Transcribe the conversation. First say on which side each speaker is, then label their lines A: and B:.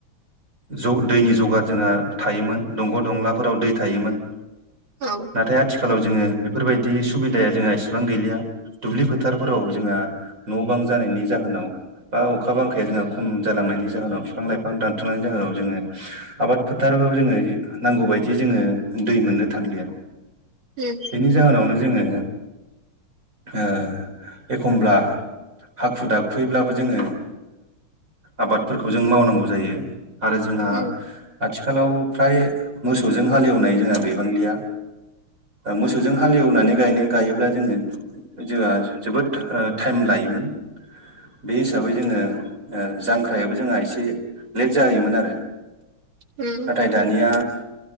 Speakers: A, on the right (about 35°); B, on the right (about 65°).
A: ज दैनि जगार जोंहा थायोमोन दंग' दंलाफोराव दै थायोमोन।
B: औ
A: नाथाय आथिखालाव जोङो बेफोरबायदि सुबिदाया जोंहा एसेबां गैलिया दुब्लि फोथारफोराव जोंहा न' बां जानायनि जाहोनाव बा अखा बांखाया जोंहा खम जालांनायनि जाहोनाव बिफां लाइफां दानथुमनायनि जाहोनाव जोङो आबाद फोथाराव जोङो नांगौ बायदि जोङो दै मोननो थांलिया।
B: उम
A: बेनि जाहोनावनो जोङो ओ एखमब्ला हाखु दाखुैब्लाबो जोङो आबादफोरखौ जों मावनांगौ जायो। आरो जोंहा
B: उम
A: आथिखालाव फ्राय मोसौजों हालेवनाय जोंहा गैबांलिया। मोसौजों हालेवनानै गायनाय गायोब्ला जोङो जोंहा जोबोद टाइम लायोमोन। बे हिसाबै जोङो ओ जांख्रायाबो जोंहा एसे लेट जायोमोन आरो
B: उम
A: नाथाय दानिया